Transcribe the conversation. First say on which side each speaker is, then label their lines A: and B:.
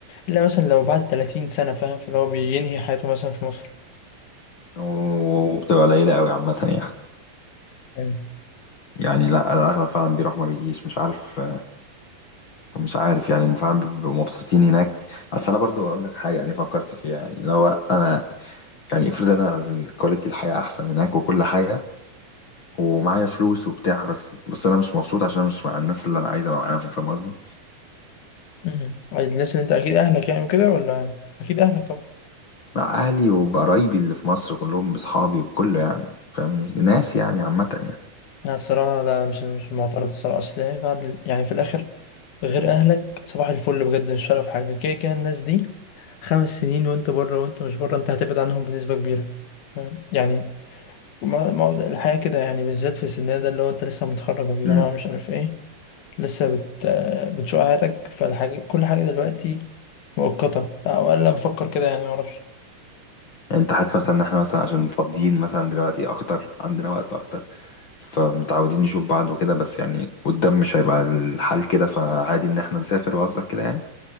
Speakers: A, on the left; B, on the left.
A: الا مثلا لو بعد 30 سنة فاهم فاللي هو بينهي حياته مثلا في مصر
B: و- وبتبقى قليلة قوي عامة يعني
A: أيوة.
B: يعني لا الاغلب فعلا بيروح ما بيجيش مش عارف مش عارف يعني هم فعلا بيبقوا مبسوطين هناك اصل انا برضو اقول لك حاجه يعني فكرت فيها يعني لو انا يعني افرض انا الكواليتي الحياه احسن هناك وكل حاجه ومعايا فلوس وبتاع بس بس انا مش مبسوط عشان أنا مش مع الناس اللي انا عايز ابقى معاهم فاهم قصدي
A: مم. الناس اللي انت اكيد اهلك يعني وكده ولا اكيد اهلك طبعا
B: مع اهلي وقرايبي اللي في مصر كلهم باصحابي وكله يعني فاهم ناس يعني عامه
A: لا الصراحة لا مش مش معترض الصراحة أصل يعني بعد ال- يعني في الآخر غير أهلك صباح الفل بجد مش فارقة في حاجة كده كده الناس دي خمس سنين وأنت بره وأنت مش بره أنت هتبعد عنهم بنسبة كبيرة فاهم يعني ما ما الحياة كده يعني بالذات في سننا ده اللي هو أنت لسه متخرج من الجامعة
B: يعني
A: مش عارف إيه لسه بت آه، بتشوق حياتك فالحاجة كل حاجة دلوقتي مؤقتة أو أقل بفكر كده يعني معرفش
B: يعني انت حاسس مثلا ان احنا مثلا عشان فاضيين مثلا دلوقتي اكتر عندنا وقت اكتر فمتعودين نشوف بعض وكده بس يعني قدام مش هيبقى الحال كده فعادي ان احنا نسافر وقصدك كده يعني